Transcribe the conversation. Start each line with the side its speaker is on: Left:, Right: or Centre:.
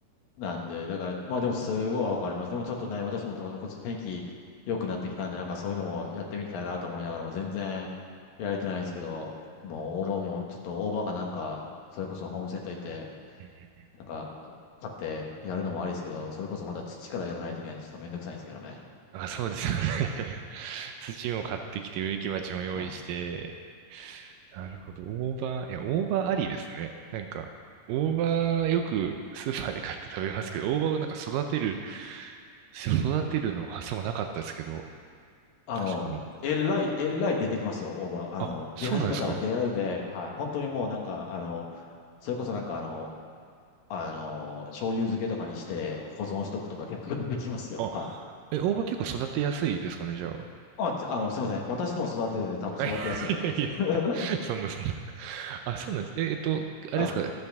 Left: なんで、だから、まあでもすごいわかります。でもちょっとね、私もちょっと天気良くなってきたんで、なんかそういうのもやってみたいなと思いながらも全然やれてないですけど、もう大葉も、ちょっと大葉かなんか、それこそホームセンター行って、
Right: うんうん
Left: なんか買ってやるのもありですけど、それこそまた土からやらないといけないんで、ちょっとめんどくさいんですけどね。
Right: あ、そうですよね。<laughs> 土も買ってきて、植木鉢も用意して、
Left: はい
Right: なるほど。大葉、いや、大葉ありですね。なんか、大葉よくスーパーで買って食べますけど、大葉をなんか育てる、育てるの発想がなかったですけど、
Left: あの、
Right: 確かに。
Left: えらい、えらい出てきますよ、大葉。あの、
Right: あ、そうなんですか
Left: 出始めたら出るんで、はい。本当にもうなんか、あの、それこそなんかあの、あの、醤油漬けとかにして保存しとくとか結構出てきますよ。
Right: あ、
Left: <laughs> はい。
Right: え、大葉結構育てやすいですかね、じゃあ。
Left: あ、あの、すみません。私でも育ててるんで多分育てやすいと思いますよ。
Right: あいやいや、
Left: <laughs>
Right: そんなそんな。あ、そうなんです。え、えっと、あれですか、
Left: うん